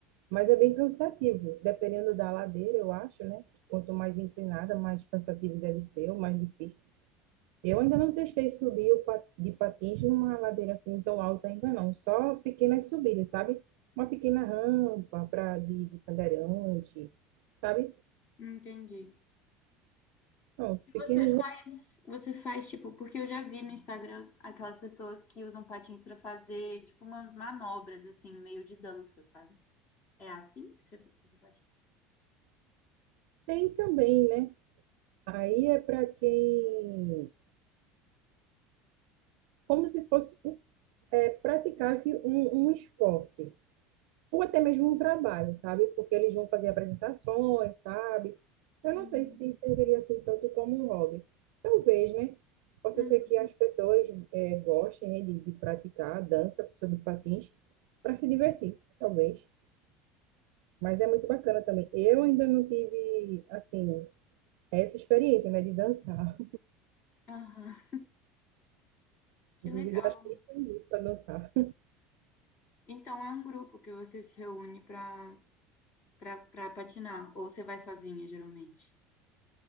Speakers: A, on the right; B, on the left.
A: Mas é bem cansativo, dependendo da ladeira, eu acho, né? Que Quanto mais inclinada, mais cansativo deve ser, ou mais difícil. Eu ainda não testei subir o pa- de patins numa ladeira assim tão alta ainda não, só pequenas subidas, sabe? Uma pequena rampa para de, de cadeirante, sabe?
B: Entendi.
A: Não,
B: E
A: pequenos
B: você faz, você faz tipo, porque eu já vi no Instagram aquelas pessoas que usam patins pra fazer tipo umas manobras assim, meio de dança, sabe? É assim que você, que você patina?
A: tem também, né? Aí é para quem, como se fosse é, praticasse um, um esporte. ou até mesmo um trabalho, sabe? Porque eles vão fazer apresentações, sabe? Eu
B: Hum,
A: não sei se serviria assim tanto como um hobby. Talvez, né? Possa
B: uhum.
A: ser que as pessoas eh, gostem, né, de, de praticar a dança sobre patins para se divertir, talvez. Mas é muito bacana também. Eu ainda não tive, assim, essa experiência, né, de dançar.
B: Aham.
A: <laughs>
B: Que
A: Inclusive,
B: legal.
A: acho que nem tenho muito para dançar.
B: Então é um grupo que você se reúne para para patinar, ou você vai sozinha, geralmente?